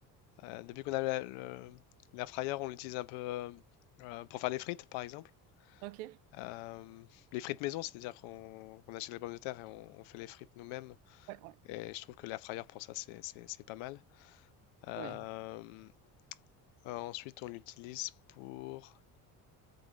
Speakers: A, on the left; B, on the right.
A: euh, depuis qu'on a la, le, l'air fryer, on l'utilise un peu euh, euh, pour faire les frites, par exemple.
B: Ok.
A: Euh, les frites maison, c'est-à-dire qu'on on achète les pommes de terre et on, on fait les frites nous-mêmes.
B: Ouais, ouais.
A: Et je trouve que l'air fryer pour ça, c'est c'est- c'est pas mal. Euh,
B: Ouais.
A: euh, ensuite, on l'utilise pour,